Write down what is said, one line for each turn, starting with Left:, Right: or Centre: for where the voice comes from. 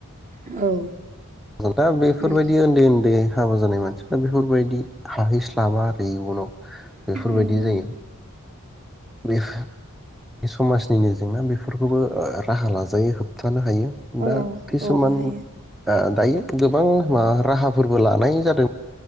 Right: औ
Centre: जों दा बेफोरबायदि
Right: उम
Centre: ओन्दै ओन्दै हाबा जानाय मानसिफ्रा बेफोरबायदि हाहैस्लाबा आरो इयुनाव बेफोरबायदि
Right: नंगौ
Centre: जायो बे समाजनिनो जेंना बेफोरखौबो राहा लाजायो होबथानो हायो
Right: औ
Centre: दा किसुमान
Right: औ हायो
Centre: ओ दायो गोबां मा राहाफोरबो लानाय जादों